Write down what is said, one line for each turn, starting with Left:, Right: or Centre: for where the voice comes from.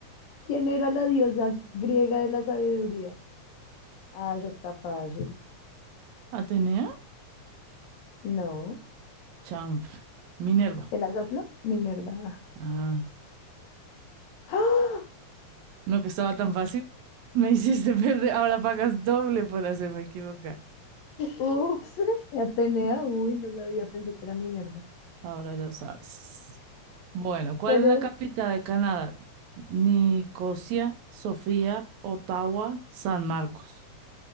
Left: ¿Quién era la diosa griega de la sabiduría? Ah, eso está fácil.
Right: ¿Atenea?
Left: No.
Right: Chanfla. Minerva.
Left: ¿Te la soplo? Minerva.
Right: Ah,
Left: ¡Ah!
Right: no que estaba tan fácil. Me hiciste <laughs> perder. Ahora pagas doble por hacerme equivocar.
Left: Ups. Atenea. Uy, no sabía. Pensé que era Minerva.
Right: Ahora lo sabes. Bueno, ¿cuál
Left: ¿Cuál
Right: es
Left: era?
Right: la capital de Canadá? Nicosia, Sofía, Ottawa, San Marcos.